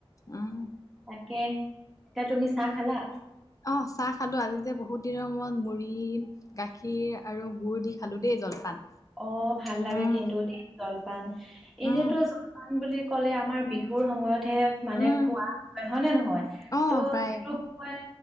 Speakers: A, on the left (about 35°); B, in the centre.
A: উম
B: তাকে এতিয়া তুমি চাহ খালা?
A: অ চাহ খালো আজি যে বহুত দিনৰ মূৰত মুড়ি গাখীৰ আৰু গুুৰ দি খালো দেই। জলপান।
B: অ ভাল লাগে
A: উম
B: কিন্তু দেই জলপান, এনেতো
A: উম
B: জলপান বুলি ক'লে আমাৰ বিহুৰ সময়ত তে মানে
A: উম
B: খোৱা হয় হয় নে নহয়?
A: অ
B: ত'
A: প্ৰায়
B: সেইটো সময়ত